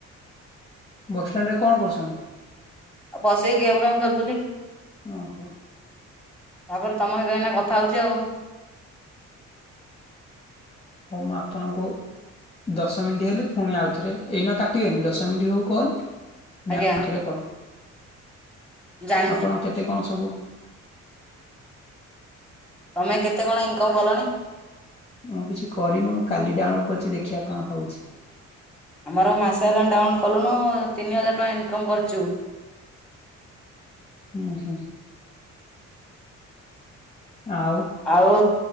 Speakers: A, on the left (about 20°); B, in the centre.
A: ବସ୍ ଷ୍ଟାଣ୍ଡରେ କଣ କରୁଚନ୍ତି?
B: ଆଉ ବସିକି ଗେମ୍ ଫେମ୍ ଖେଳୁଥିଲି।
A: ଓହୋ।
B: ତାପରେ ତମ ସହିତ ଏଇନା କଥା ହେଉଚି ଆଉ
A: ହଉ ମୁଁ ଆପଣଙ୍କୁ ଦଶ ମିନିଟ୍ ହେଲେ ପୁଣି ଆଉଥରେ ଏଇନା କାଟିବେନି ଦଶ ମିନିଟ୍ ହଉ କଲ୍
B: ଆଜ୍ଞା
A: ନେହା <unintelligible>
B: ଜାଣିଛି
A: ଆପଣ କେତେ କଣ ସବୁ
B: ତମେ କେତେ କଣ ଇନକମ୍ କଲଣି?
A: ମୁଁ କିଛି କରିନି ମୁଁ କାଲି ଡାଉନଲୋଡ୍ କରିଚି ଦେଖିବା କଣ ହଉଚି।
B: ଆମର ମାସେ ହେଲାଣି ଡାଉନଲୋଡ୍ କଲୁଣୁ ତିନି ହଜାର ଟଙ୍କା ଇନକମ୍ କରିଚୁ।
A: ହୁଁ ହୁଁ। ଆଉ
B: ଆଉ